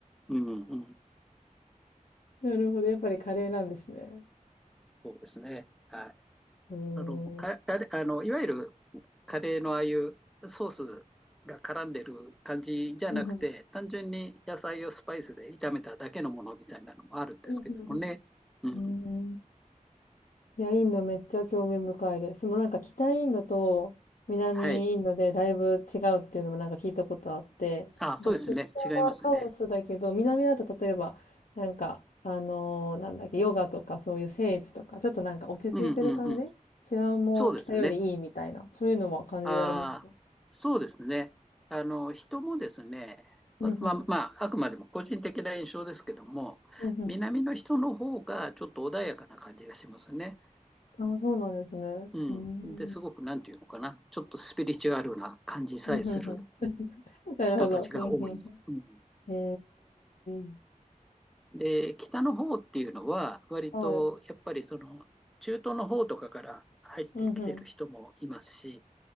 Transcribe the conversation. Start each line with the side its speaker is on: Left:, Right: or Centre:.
Centre: うん、うん、
Left: なるほど。やっぱりカレーなんですね。
Centre: そうですね。はい。
Left: うーん。
Centre: あの、か、
Left: うん、
Centre: カレーあの、いわゆるカレーのああいうソースが絡んでる感じじゃなくて、
Left: うん、うん。
Centre: 単純に野菜をスパイスで炒めただけのものみたいなのもあるんですけどもね。
Left: うん、うん、
Centre: うん、
Left: うん。うーんいや、インドめっちゃ興味深いです。そのなんか北インドと南インドでだいぶ違うっていうのもなんか聞いたことあって、
Centre: はい。あ、そうですね。
Left: やっぱちょっと北はカオスだけど、
Centre: 違いますね。
Left: 南だと例えば、なんか、あのーなんだっけ、ヨガとかそういう聖地とか、ちょっとなんか落ち着いてる感じ治安も北よりいいみたいな、
Centre: うん、うん、うん。そうですね。
Left: そういうのは感じられました。
Centre: ああ、そうですね。あの、人もですね、
Left: うんうん。
Centre: ま、まあ、まああくまでも個人的な印象ですけども、
Left: うんうん。
Centre: 南の人の方がちょっと穏やかな感じがしますね。
Left: ああ、そうなんですね。うーん。
Centre: うん。で、すごく、なんていうのかな、ちょっとスピリチュアルな感じさえする
Left: うんうんうん。<laughs> なるほど。
Centre: 人たちが多い。
Left: うんうん
Centre: うん。
Left: うん。へえ。
Centre: で、北の方っていうのは、割と、
Left: はい。
Centre: やっぱりその、中東の方とかから入ってきてる人もいますし、
Left: うんうん。